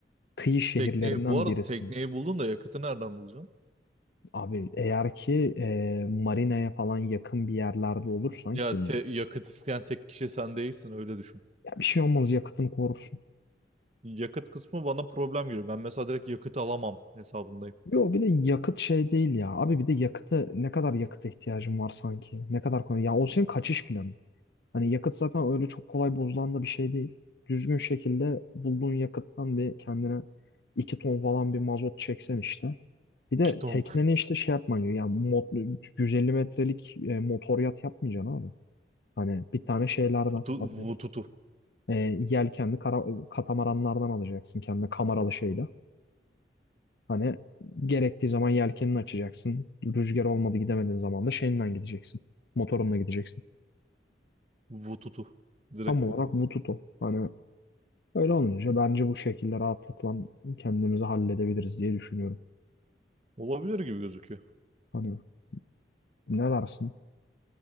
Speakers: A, on the left; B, on the right.
A: kıyı şehirlerinden
B: Tekneyi, bu arada
A: birisin
B: tekneyi buldun da yakıtı nereden bulacaksın?
A: Abi eğer ki e, marinaya falan yakın bir yerlerde olursan
B: Ya
A: ki
B: te- yakıt isteyen tek kişi sen değilsin öyle düşün.
A: ya bir şey olmaz yakıtını korursun.
B: Yakıt kısmı bana problem gibi. Ben mesela direkt yakıt alamam hesabındayım.
A: Yo bir de yakıt şey değil ya. Abi bir de yakıtı ne kadar yakıta ihtiyacın var sanki? Ne kadar kolay. Ya o senin kaçış planı. Hani yakıt zaten öyle çok kolay bozulan da bir şey değil. Düzgün şekilde bulduğun yakıttan bir kendine 2 ton falan bir mazot çeksen işte. Bir
B: 2
A: de
B: ton.
A: tekneni işte şey yapman gerekiyor. Yani mot 150 metrelik e, motor yat yapmayacaksın abi. Hani bir tane şeylerden
B: <laughs> Vutu,
A: adı
B: vututu.
A: nedir? E, yelkenli kara- katamaranlardan alacaksın kendine kameralı şeyle. Hani gerektiği zaman yelkenini açacaksın. Rüzgar olmadı gidemediğin zaman da şeyinden gideceksin. Motorunla gideceksin.
B: Vututu. Direkt
A: Tam olarak
B: bu.
A: bu tutu. Hani öyle olunca bence bu şekilde rahatlıkla kendimizi halledebiliriz diye düşünüyorum.
B: Olabilir gibi gözüküyor.
A: Hani ne dersin?